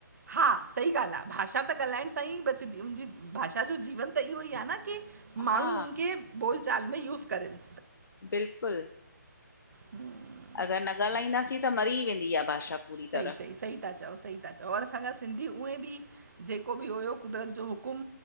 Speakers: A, on the right (about 60°); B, on the left (about 85°).
A: हां, सही ॻाल्ह आ भाषा त ॻाल्हाइण सां ई बचंदी उजी। भाषा जो जीवन त इहो ई आहे न की माण्हू
B: हा
A: उनखे बोलचाल में यूज करन।
B: बिल्कुल,
A: हम्म,
B: अगरि न ॻाल्हाईंदासीं त मरी वेंदी इहा भाषा। पूरी
A: सही
B: तरह
A: सही, सही ता चओ। सही ता चओ। और असांजा सिंधी उएं बि। जेको बि हुयो कुदरत जो हुकुम